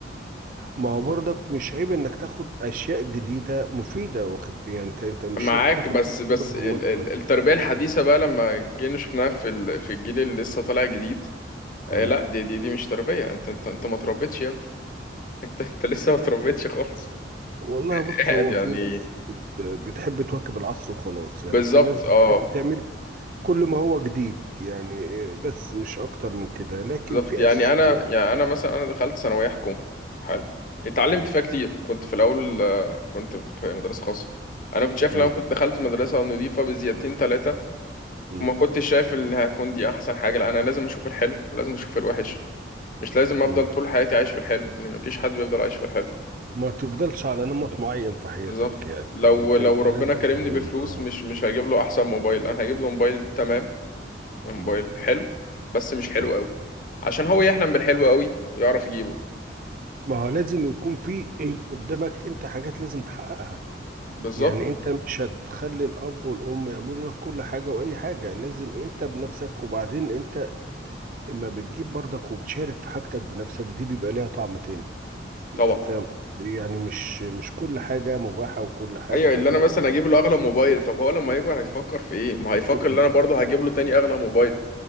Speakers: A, on the right (about 45°); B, on the left (about 45°).
A: ما هو برضك مش عيب انك تاخد اشياء جديده مفيده واخد يعني انت انت مش
B: معاك
A: شرط تاخد
B: بس
A: كل
B: بس
A: حاجه برمتها
B: ال- ال- التربية الحديثة بقى لما جينا شفناها في ال- في الجيل اللي لسه طالع جديد آه،
A: مم.
B: لا دي دي دي مش تربية انت انت انت ما تربيتش يا ابني <laughs> انت انت لسه ما تربيتش خالص
A: والله
B: <laughs>
A: بص
B: يعني
A: هو في ناس بت بتحب تواكب العصر وخلاص يعني
B: بالظبط
A: في ناس بتحب
B: اه
A: تعمل كل ما هو جديد يعني إيه، بس مش اكتر من كده لكن
B: بالظبط
A: في
B: يعني
A: اساسيات
B: انا يعني انا مثلا انا دخلت ثانوية حكومة حلو اتعلمت
A: مم.
B: فيها كتير كنت في الاول آه، كنت في مدرسة خاصة انا كنت شايف
A: مم.
B: لو انا كنت دخلت مدرسة نضيفة بزيادتين ثلاثة
A: مم.
B: ما كنتش شايف ان هكون دي احسن حاجه لا انا لازم اشوف الحلو ولازم اشوف الوحش مش لازم افضل
A: مم.
B: طول حياتي عايش في الحلو لان مفيش حد بيفضل عايش في الحلو
A: ما تفضلش على نمط معين في حياتك
B: بالظبط
A: يعني
B: لو
A: يعني انت
B: لو
A: انت
B: ربنا
A: لازم
B: كرمني
A: تغير
B: بفلوس
A: اه
B: مش مش هجيب له احسن موبايل انا هجيب له موبايل تمام يعني
A: م-
B: موبايل حلو بس مش حلو
A: م.
B: قوي عشان هو يحلم بالحلو قوي ويعرف يجيبه
A: ما هو لازم يكون في <clears throat> قدامك انت حاجات لازم تحققها
B: بالظبط
A: يعني انت مش هتخلي الاب والام يعملوا لك كل حاجه واي حاجه لازم انت بنفسك وبعدين انت اما بتجيب برضك وبتشارك في حاجتك بنفسك دي بيبقى ليها طعم تاني
B: طبعا
A: انت فاهم قصدي؟ إيه؟ يعني مش مش كل حاجه مباحه وكل حاجه
B: ايوه
A: مجابه
B: اللي انا مثلا اجيب له اغلى موبايل طب هو لما يكبر هيفكر في ايه ما هيفكر
A: مم.
B: اللي انا برضه هجيب له تاني اغلى موبايل